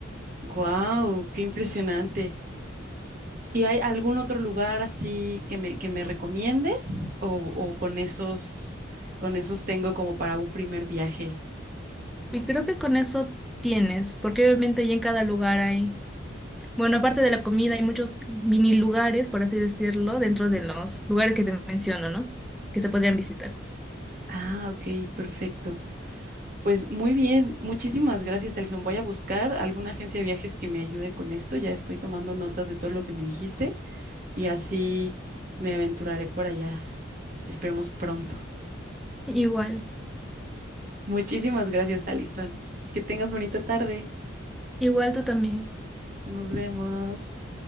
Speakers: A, on the right (about 45°); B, in the centre.
A: Guau, ¡Qué impresionante! ¿Y hay algún otro lugar así que me, que me recomiendes? ¿O, o con esos, con esos tengo como para un primer viaje?
B: Y creo que con eso tienes, porque obviamente ahí en cada lugar hay Bueno, aparte de la comida, hay muchos mini lugares, por así decirlo, dentro de los lugares que te menciono, ¿no? Que se podrían visitar.
A: Ah, ok, perfecto. Pues muy bien, muchísimas gracias, Elson. Voy a buscar alguna agencia de viajes que me ayude con esto. Ya estoy tomando notas de todo lo que me dijiste. y así me aventuraré por allá. Esperemos pronto.
B: Igual,
A: Muchísimas gracias, Alison. Que tengas bonita tarde.
B: igual tú también.
A: Nos vemos.